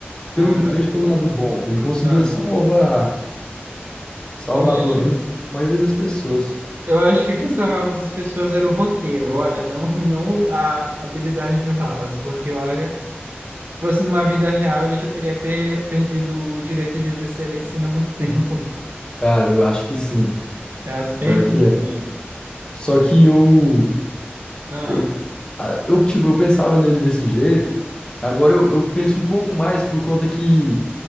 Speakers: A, on the left (about 20°); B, on the right (about 60°).
A: pelo,
B: cara,
A: vejo pelo lado bom, ele conseguia
B: ah,
A: salvar, salvar
B: eu acho,
A: pelo menos a maioria das pessoas.
B: eu acho que o que salvava essas pessoas era o roteiro, olha, não, <laughs> não a habilidade do House, porque olha. Se fosse numa vida real, ele já teria per- perdido o direito de exercer medicina há muito <laughs> tempo.
A: Cara, eu acho que sim,
B: Ah, sem
A: pior
B: condições.
A: que é. Só que eu,
B: Ah,
A: eu, ah, eu tipo, eu pensava nele desse jeito. Agora eu, eu penso um pouco mais por conta que